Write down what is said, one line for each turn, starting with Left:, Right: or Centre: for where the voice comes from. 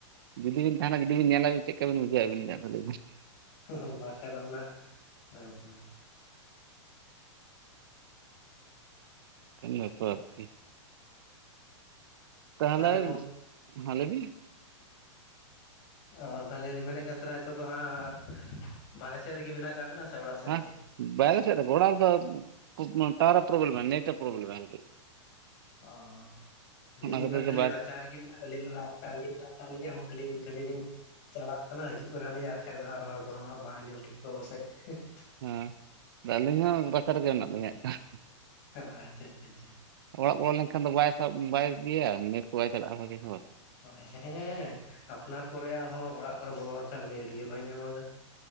Right: ᱡᱩᱫᱤ ᱵᱮᱱ ᱛᱟᱦᱮᱱᱟ ᱾ ᱡᱩᱫᱤ ᱵᱤᱱ ᱧᱮᱞᱟ ᱾ ᱪᱮᱫ? ᱞᱮᱠᱟᱵᱤᱱ ᱵᱩᱡᱷᱟᱹᱣ ᱟᱵᱤᱱ? ᱞᱟᱹᱭ ᱢᱮ ᱾
Left: ᱦᱩᱼᱦᱟ. ᱼᱣ ᱵᱟᱠᱷᱟᱡ ᱫᱚ, ᱚᱱᱟ ᱦᱚᱸᱼᱦᱟᱸ
Right: ᱩᱱᱟ. ᱥ ᱥᱚ ᱟᱥᱥᱤ <unintelligible> ᱛᱟᱼᱦᱟᱞᱟ.
Left: ᱛᱟᱦᱚᱞᱮ ᱜᱚᱝ
Right: ᱭ, ᱵᱷᱞᱤᱜᱮ?
Left: ᱚᱻ, ᱛᱟᱦᱚᱞᱮ, ᱞᱤᱧ ᱢᱮᱱᱮᱫ ᱠᱟᱱ ᱛᱟᱦᱮᱱᱟ ᱾ ᱱᱤᱛᱚᱜ ᱫᱚ ᱦᱟᱸᱜ, ᱵᱟᱨᱦᱮ ᱥᱮᱫ ᱨᱮᱜᱮ, ᱢᱮᱱᱟᱜ ᱟᱠᱟᱫ ᱵᱮᱱᱟ ᱥᱮ, ᱚᱲᱟᱜ ᱥᱮᱫ
Right: ᱦᱮᱸ
Left: ᱨᱮᱜᱮ?
Right: ᱵᱟᱭᱨᱮ ᱥᱮᱫ ᱨᱮ ᱜᱮ, ᱚᱲᱟᱜ ᱨᱮ ᱫᱚ ᱴᱟᱣᱟᱨ ᱮ, ᱯᱚᱨᱚᱵᱞᱮᱢᱼᱟ ᱾ ᱱᱮᱴ ᱮ ᱯᱚᱨᱚᱵᱞᱮᱢ ᱢᱟ, ᱠᱟᱴᱤᱡ ᱾
Left: ᱚᱻ, ᱟᱹᱞᱤᱧ
Right: ᱠᱷᱟᱹᱛᱤᱨ
Left: ᱚᱱᱟ ᱠᱷᱟᱹᱞᱤ
Right: ᱜᱮ ᱵᱟᱨ
Left: ᱨᱟᱪᱟ ᱨᱮᱜᱮ ᱾ ᱟᱹᱞᱤᱧ ᱫᱚ ᱨᱟᱪᱟ ᱨᱮᱜᱮ ᱫᱚᱦᱚ ᱟᱠᱟᱫ ᱞᱤᱧᱟ ᱦᱚᱲ ᱠᱚ <unintelligible> ᱪᱟᱞᱟᱜ ᱠᱟᱱᱟ, ᱦᱤᱡᱩᱜ ᱠᱟᱱᱟ ᱞᱤᱧ, ᱟᱨ ᱠᱷᱟᱡ ᱫᱚ ᱦᱟᱸᱜ, ᱨᱚᱲ ᱫᱚ ᱦᱟᱸᱜ ᱵᱟᱝ ᱟᱡᱚᱢ ᱴᱷᱤᱠ ᱠᱚᱜ-ᱟ, ᱯᱟᱥᱮᱡ? ᱦᱟᱺᱜ ᱾
Right: ᱦᱮᱸ, ᱟᱹᱞᱤᱧ ᱦᱚᱸ ᱵᱟᱠᱮ ᱨᱮᱜᱮ, ᱢᱮᱱᱟᱜ ᱞᱤᱧ, ᱦᱟᱸᱦ
Left: ᱦᱮᱸ, ᱟᱻᱪᱟ, ᱟᱪᱟ ᱟᱪᱟ ᱾
Right: ᱚᱲᱟᱜ ᱵᱚᱞᱚ ᱞᱮᱱᱠᱷᱟᱱ ᱫᱚ, ᱵᱟᱭ ᱥᱟᱵ, ᱵᱟᱭ ᱜᱮᱭᱟ, ᱱᱮᱴ ᱠᱚ, ᱵᱟᱭ ᱪᱟᱞᱟᱜᱼᱟ, ᱵᱷᱟᱜᱤ ᱦᱚᱸ ᱾
Left: ᱦᱳ, ᱦᱮᱸᱻᱦᱮᱸᱻᱦᱮ ᱾ ᱟᱯᱱᱟᱨ ᱠᱚᱨᱮ ᱦᱚᱸ ᱚᱲᱟᱜ ᱠᱚᱨᱮ ᱵᱚᱞᱚ ᱞᱮᱱᱠᱷᱟᱱ, ᱩᱱᱤ ᱟᱸᱴ ᱜᱮ ᱵᱟᱭ ᱧᱟᱢᱟᱜᱟ?